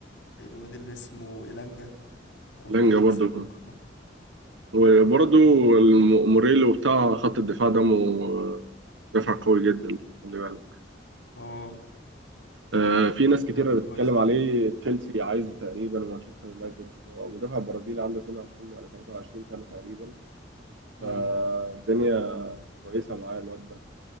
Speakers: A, on the left; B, on the right.
A: الواد اللي اسمه إيلانجا 23
B: لانجا برضو
A: سنه برضه
B: وبرضو الم- موريلو بتاع خط الدفاع ده م- دفع قوي جدا خلي بالك
A: اه
B: آه، في ناس كتيرة
A: شاب كويس
B: بتتكلم عليه تشيلسي عايزه تقريبا ومانشستر يونايتد هو مدافع برازيلي عنده 22 ولا 23 سنة تقريبا
A: امم
B: فالدنيا كويسة معاه الواد ده